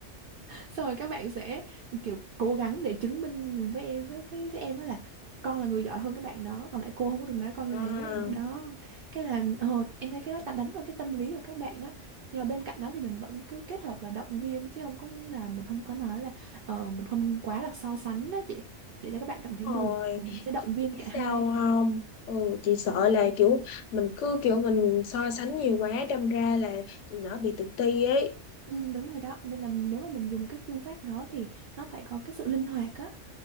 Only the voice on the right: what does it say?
xong rồi các bạn sẽ kiểu cố gắng để chứng minh với em với với với em á là con là người giỏi hơn cái bạn đó còn lại cô không có được nói con như
thế đó cái là ờ, em thấy cái đó ta đánh vào cái tâm lý của các bạn á nhưng mà bên cạnh đó thì mình vẫn cứ kết hợp là động viên chứ không có là mình không có nói là ờ, mình không quá là so sánh đó chị để cho các bạn cảm thấy
buồn và mình sẽ động
viên
cả hai
ừ, đúng rồi đó nên là nếu mà mình dùng cái phương pháp đó thì nó phải có cái sự linh hoạt á